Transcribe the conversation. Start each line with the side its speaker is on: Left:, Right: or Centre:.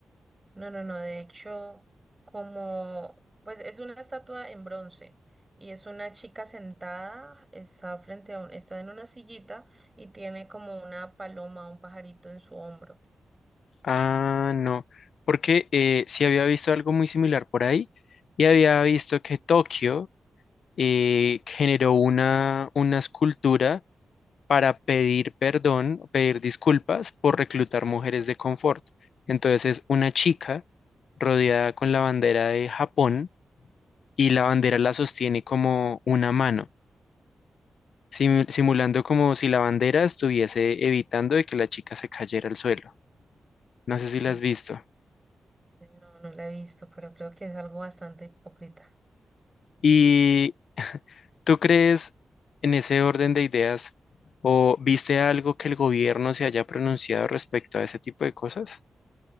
Right: no, no, no. De hecho, como, pues es una estatua en bronce y es una chica sentada, está frente a un, está en una sillita y tiene como una paloma, un pajarito en su hombro.
Left: Ah, no, porque eh, sí había visto algo muy similar por ahí y había visto que Tokio eh, generó una, una escultura para pedir perdón, pedir disculpas por reclutar mujeres de confort. Entonces es una chica rodeada con la bandera de Japón y la bandera la sostiene como una mano, simu- simulando como si la bandera estuviese evitando de que la chica se cayera al suelo. No sé si la
Right: Ah,
Left: has visto.
Right: No, no la he visto, pero creo que es algo bastante hipócrita.
Left: ¿Y tú crees en ese orden de ideas o viste algo que el gobierno se haya pronunciado respecto a ese tipo de cosas?